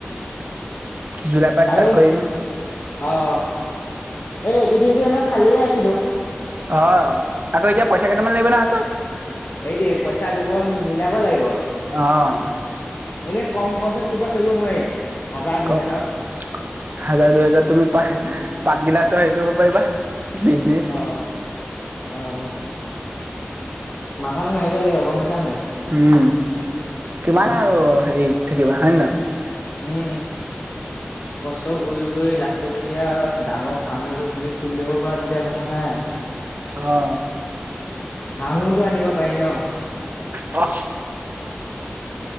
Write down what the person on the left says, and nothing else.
আৰু
অ', এইকেইদিনতো এনেই খালিয়ে আছিলোঁ।
সেইটোৱে পইচা ক'বা পা, মিলাব লাগিব। আৰু
এনে কম খৰচত কিবা কৰিব নোৱাৰিম? হাজাৰ দুহেজাৰত
অ, অহ। মাথাটো মাৰিব লাগিব গম পাইছা না নাই।
উম,
উম' কষ্ট কৰি কৰি লাষ্টত যেতিয়া ডাঙৰ ফাৰ্ম এডাল যদি খুলি লব পৰা তেতিয়া কথা নাই আও।
হাঁহোটো আনিব পাৰি ন?